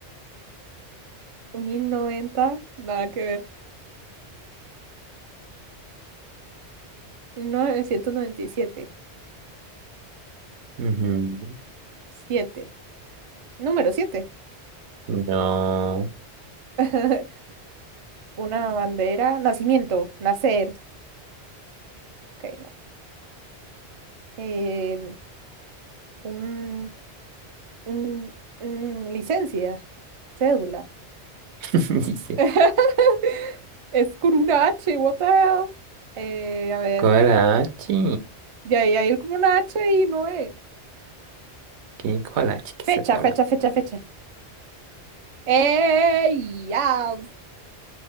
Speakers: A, on the right (about 45°); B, on the right (about 80°).
A: Un 1090 nada que ver. Un novecientos noventa y siete
B: ujú.
A: siete Número siete
B: No.
A: <laughs> Una bandera. Nacimiento. Nacer. Ok, no. Eh, un, un, un licencia. Cédula.
B: <laughs> Dice.
A: <laughs> Es con una H, what the hell? Eh, a ver,
B: Coraje.
A: de ahí hay como una H y no es.
B: ¿Qué collage que se
A: Fecha,
B: está hablando?
A: fecha, fecha, fecha. Eh, ya